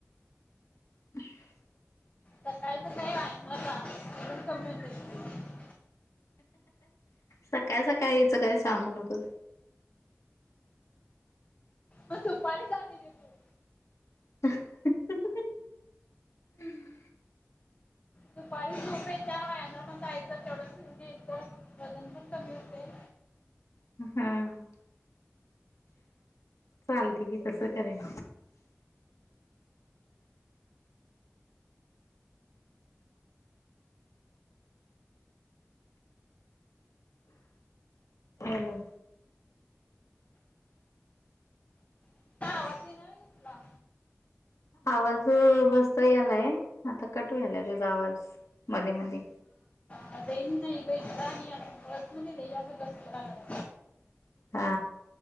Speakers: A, on the left; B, on the left.
A: <inaudible>
B: सकाळच नाही वाय माझा कमी होत
A: सकाळ सकाळी याचं काय सांगू नको
B: अ तुपपाणी काातेते प
A: ह हम्
B: दुपारी खूप येत्या वयांग पण जायचं तेवढं फिऊून येतं वजन पण कमी होते
A: हम् चालते की तसं करेन हो ना
B: पास ये ना कथुला
A: आवाज बसता यालाय आता कटू आलाय तुझ आवाज मध्ये मध
B: अ नाही पणी अस परसनली ल अस दणार
A: हा